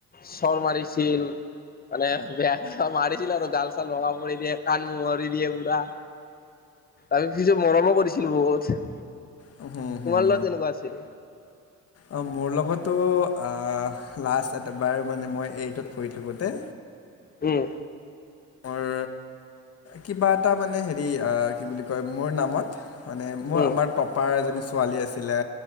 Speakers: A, on the left; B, on the left.
A: চৰ মাৰিছিল মানে বেয়া মাৰিছিল আৰু গাল চাল ৰঙা কৰি দিয়ে কাণ মোহাৰি দিয়ে পুৰা আৰু পিছে মৰমো কৰিছিল বহুত
B: হম হম
A: তোমাৰ
B: হুম
A: লগত তেনেকুৱা আছিল
B: অহ মোৰ লগতো আহ লাষ্ট এবাৰ মানে মই এইটত পঢ়ি থাকোঁতে
A: উম
B: মোৰ কিবা এটা মানে হেৰি আহ কি বুলি কয় মোৰ নামত মানে মোৰ
A: উম
B: আমাৰ টপাৰ এজনী ছোৱালী আছে। আছিলে